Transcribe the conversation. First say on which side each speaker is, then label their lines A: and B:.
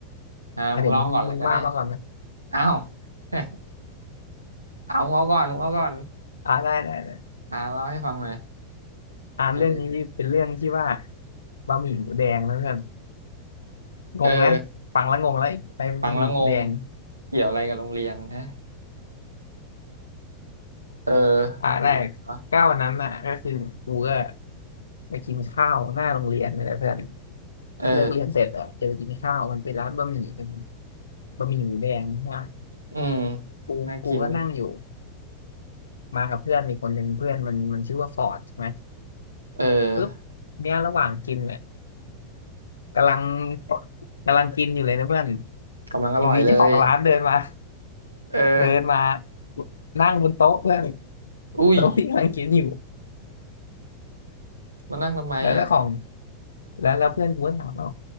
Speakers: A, on the right; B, on the left.
A: อ่ามึงเล่าก่อนเลยก็ได้
B: อ่ะเดี๋ยวมึงมึงว่ามาก่อนไหม
A: อ้าว <laughs> เอามึงเอาก่อนมึงเอาก่อน
B: อ่าได้ได้ได้
A: อ่าเล่าให้ฟังหน่อย
B: อ่าเรื่องนี้เป็นเรื่องที่ว่า
A: เออ
B: บะหมี่หมูแดงนะเพื่อนงงนะฟังแล้วงงแล้วใครบะหมี่หมูแดง
A: เออฟังแล้วงงเกี่ยวอะไรกับโรงเรียนฮะ <laughs> เออ
B: อ่าได้
A: เป็นยังไงวะ
B: ก้าววันนั้นน่ะก็คือกูก็ ไปกินข้าวหน้าโรงเรียนนี่แหละเพื่อน
A: เออ
B: เลิกเรียนเสร็จอ่ะจะไปกินข้าวมันเป็นร้านบะหมี่เป็นบะหมี่หมูแดงใช่ไหม
A: อืม
B: กูกูก็นั่งอยู่
A: น่ากิน
B: มากับเพื่อนอีกคนหนึ่งเพื่อนมันมันชื่อว่าฟอร์ดใช่ไหม
A: เออ
B: ปุ๊บเนี่ยระหว่างกินเนี่ยกำลังกำลังกินอยู่เลยนะเพื่อน
A: กำลังอร่อยเลย
B: อยู่ดีเจ้าของร้านเดินมา
A: เออ
B: เดินมานั่งบนโต๊ะเพื่อน
A: อุ้ย
B: โต๊ะที่กำลังกินอยู่
A: มานั่งทำไมอ่ะ
B: แล้วเจ้าของแล้วแล้วเพื่อนกูก็ถามว่า